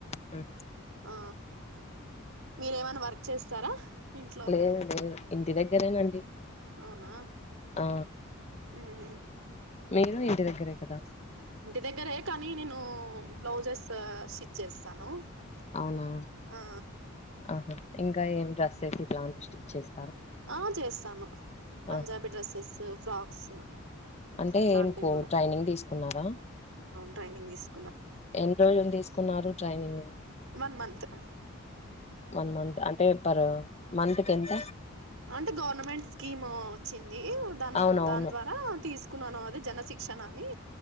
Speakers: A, on the left; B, on the right.
A: మ్
B: ఆ మీరేమైనా వర్క్ చేస్తారా ఇంట్లో
A: లేదు లేదు ఇంటి దగ్గరేనండి
B: అవునా
A: ఆ
B: ఊహు
A: మీరు ఇంటి దగ్గరే కదా
B: దగ్గరే కానీ నేను బ్లౌజెస్ స్టిచ్ చేస్తాను
A: అవునా
B: ఆ
A: హ ఇంకా ఏం డ్రెస్సెస్ ఇట్లాంటివి స్టిచ్ చేస్
B: ఆ చేస్తాను పంజాబీ
A: ఆహా
B: డ్రెస్సెస్ ఫ్రాక్స్
A: అంటే
B: అట్లాంటివి
A: మీకు ట్రైనింగ్ తీసుకున్నారా
B: ట్రైనింగ్దీస్
A: ఎన్ని రోజులు తీసుకున్నారు training
B: one month
A: one month అంటే పర్ మంత్ కెంత
B: అంటే గవర్నమెంట్ స్కీమూ వచ్చింది ఈ దాన్
A: అవునవును
B: దాని ద్వారా తీసు కున్నాన అది జన శిక్షణ అని